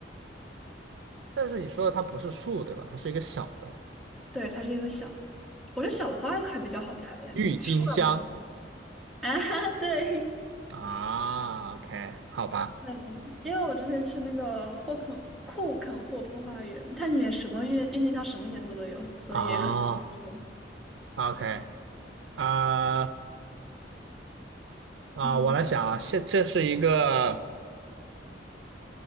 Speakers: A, on the right (about 85°); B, in the centre.
A: 但是你说的它不是树对吧？它是一个小的
B: 对，它是一个小的，我觉得小的花还比较好猜呀。
A: 郁金香。
B: 树的吗？<laughs> 啊，对，
A: 啊，OK，好吧，
B: <laughs> 嗯，因为我之前去那个霍肯库肯霍夫花园，它里面什么郁郁金香什么颜色都有，所以很难说。
A: 啊，OK，啊啊，
B: 嗯
A: 我来想啊，现这是一个，